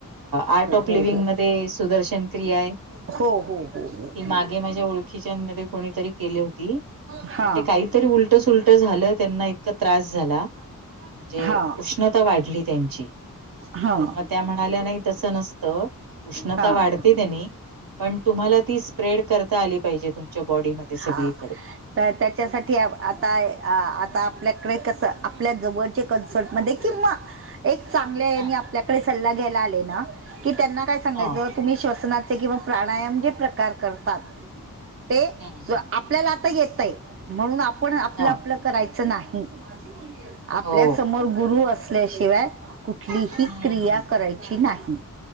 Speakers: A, on the right (about 80°); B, on the right (about 40°).
A: आर्ट ऑफ
B: हो
A: लिव्हंग
B: हो
A: मध्ये सुदर्शन क्रिया आहे. ती
B: हो हो हो हो हो
A: मागे माझ्या ओळखीच्या मध्ये कोणीतरी केली होती
B: हा
A: पण ते काही काही तरी उलट सुलट झालं त्यांना इतका त्रास झाला म्हणजे
B: हा
A: उष्णता वाढली त्यांची
B: हा
A: तर मग त्या म्हणाल्या नाही तसं नसतं उष्णता
B: हा
A: वाढते त्यांनी पण तुम्हाला ती स्प्रेड करता आली पाहिजे तुमच्या बॉडीमध्ये सगळीकडे
B: हा तर त्याच्यासाठी आता आता आपल्याकडे कसं आपल्या जवळ ते कन्सल्ट मध्ये किंवा एक चांगल्या यांनी
A: हा
B: आपल्याकडे सल्ला घ्यायला आले ना की त्यांना काय सांगायचं
A: हा
B: तुम्ही श्वसनाचे किंवा प्राणायाम जे प्रकार करतात. ते
A: हम्म हम्म
B: आपल्याला आता येत आहे म्हणून आपण आपलं
A: हा
B: आपलं करायचं नाही आपल्या
A: हो
B: समोर गुरु असतात असल्याशिवाय कुठलीही
A: हम्म
B: क्रिया
A: हम्म
B: करायची नाही